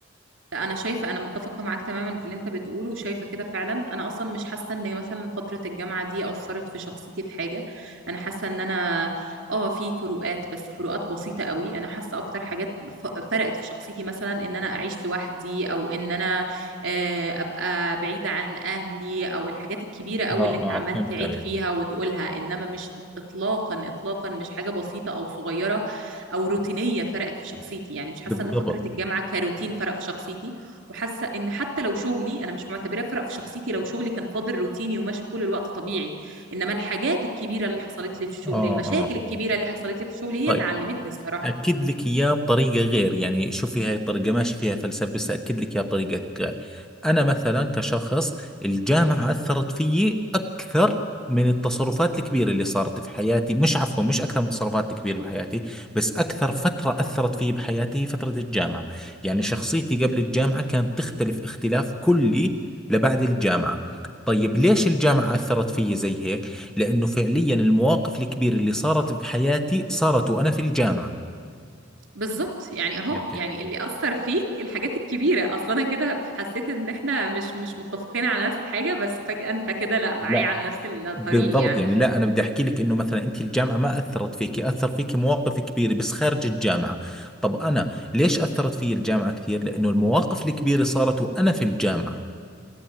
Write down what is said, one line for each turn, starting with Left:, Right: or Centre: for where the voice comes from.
Right: لا انا شايفة انا متفقة معاك تماما في اللي انت بتقوله وشايفة كده فعلا انا اصلا مش حاسة ان مثلا فترة الجامعة دي اثرت في شخصيتي في حاجة انا حاسة ان انا اه في فروقات بس فروقات بسيطة قوي انا حاسة اكتر حاجات بف- فرقت في شخصيتي مثلا ان انا اعيش لوحدي او ان انا آه، ابقى بعيدة عن اهلي او الحاجات الكبيرة قوي
Centre: آه
Right: اللي انت عمال
Centre: آه فهمت
Right: تعيد
Centre: عليك
Right: فيها وتقولها انما مش اطلاقا اطلاقا مش حاجة بسيطة او صغيرة او روتينيه فرقت في شخصيتي يعني مش حاسه
Centre: بالضبط
Right: ان فتره الجامعه كروتين فرق في شخصيتي وحاسه ان حتى لو شغلي انا مش معتبراه فرق في شخصيتي لو شغلي كان فاضل روتيني وماشي طول الوقت طبيعي انما الحاجات الكبيره اللي حصلت لي في شغلي
Centre: آه
Right: المشاكل
Centre: آه
Right: الكبيره اللي حصلت لي في شغلي
Centre: طيب
Right: هي اللي علمتني الصراحه
Centre: أكد لك إياه بطريقة غير يعني شوفي هاي الطريقة ماشي فيها فلسفة بس أكد لك إياه بطريقة غير أنا مثلا كشخص الجامعة أثرت فيي أكثر من التصرفات الكبيرة اللي صارت في حياتي مش عفوا مش أكثر من التصرفات الكبيرة بحياتي بس أكثر فترة أثرت فيي بحياتي هي فترة الجامعة يعني شخصيتي قبل الجامعة كانت تختلف اختلاف كلي لبعد الجامعة طيب ليش الجامعة أثرت فيي زي هيك؟ لأنه فعليا المواقف الكبيرة اللي صارت بحياتي صارت وأنا في الجامعة
Right: بالظبط يعني اهو
Centre: اوكي
Right: يعني اللي اثر فيك الحاجات الكبيره اصلا انا كده حسيت ان احنا مش مش متفقين على نفس الحاجه بس فجاه انت كده لا معايا
Centre: لا
Right: على نفس الطريق
Centre: بالضبط
Right: يعني
Centre: يعني لا انا بدي احكي لك انه مثلا انت الجامعه ما اثرت فيك اثر فيك مواقف كبيره بس خارج الجامعه طب انا ليش اثرت في الجامعه كثير لانه المواقف الكبيره صارت وانا في الجامعه